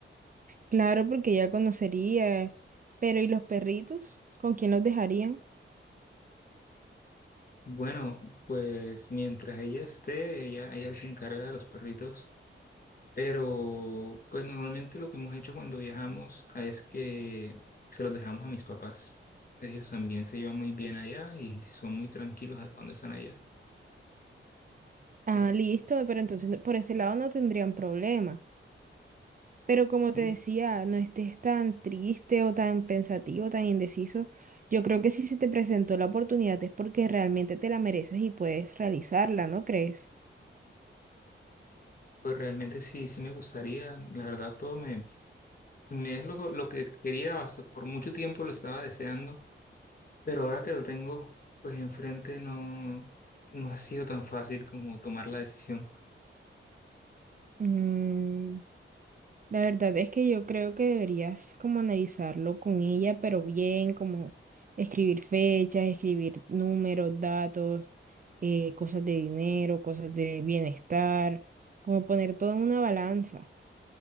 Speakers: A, on the right; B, on the left.
A: Claro, porque ya conocería, pero ¿y los perritos? ¿Con quién los dejarían?
B: Bueno, pues mientras ella esté, ella, ella se encarga de los perritos, pero pues normalmente lo que hemos hecho cuando viajamos es que se los dejamos a mis papás. Ellos también se llevan muy bien allá y son muy tranquilos cuando están allá.
A: Ah,
B: Pero
A: listo,
B: pues,
A: pero entonces no- por ese lado no tendrían problema. Pero como te
B: sí,
A: decía, no estés tan triste o tan pensativo, tan indeciso. Yo creo que si se te presentó la oportunidad es porque realmente te la mereces y puedes realizarla, ¿no crees?
B: pues realmente sí, sí me gustaría, la verdad todo me, me es lo, lo que quería, hasta por mucho tiempo lo estaba deseando, pero ahora que lo tengo pues enfrente no, no ha sido tan fácil como tomar la decisión.
A: Mm, La verdad es que yo creo que deberías como analizarlo con ella, pero bien, como escribir fechas, escribir números, datos, eh, cosas de dinero, cosas de bienestar, como poner todo en una balanza.